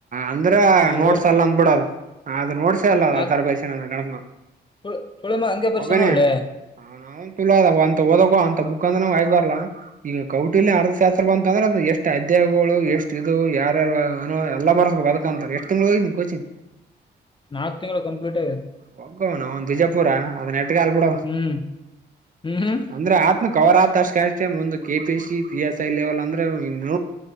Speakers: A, on the right; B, on the left.
A: ಅಂದ್ರ ನೋಡ್ಸಲ್ಲ
B: ಹೇಳ್
A: ಅಂದಬಿಡದು ಅದ್ ನೋಡ್ಸೇ ಅಲ್ಲ
B: ಯಾಕ
A: ಆ ತರ ಬರಿಷನ ಅ ಗಣಸ
B: ಸುಳ್ ಸುಳಿಮ ಹಂಗೆ ಬರ್ಸ್ಯಾನ
A: ಮಗನ
B: ನೋಡ್ಲೆ
A: <unintelligible> ಅಂತ ಓದಕ್ಕೆ ಅಂತ ಮುಖಾಂದ್ರ ನ ಆಗಬಾರಲ್ಲಾ ಈಗ ಕೌಟಿಲಿ ಅರ್ಧಶಾಸ್ತ್ರ ಬಂತ ಅಂದ್ರೆ ಎಷ್ಟ್ ಅಧ್ಯಾಯಗಳು ಎಷ್ಟು ಇದು ಯಾರ ಏ ಎಲ್ಲ ಬರ್ಸ್ಬೇಕು ಅದಕ್ಕ ಅಂತ ಎಷ್ಟ್ ತಿಂಗ್ಳ ಹೋಗ್ನಿ ಕೋಚಿಂಗ್
B: ನಾಕ್ ತಿಂಗಳು ಕಂಪ್ಲೀಟ್ ಆಯ
A: ಹೋಗೋನು ಅವ ಬೀಜಪುರ ಲ್ ಬಿಡ
B: ಹ್ಮ್ ಹ್ಮ್ ಹ್ಮ್
A: ಅಂದ್ರೆ ಆತ್ನು ಕವರ್ ಆತ್ ಅಷ್ಟ ಅಷ್ಟೆ ಒಂದು K P C P S I level ಅಂದ್ರೆ ಇನ್ನು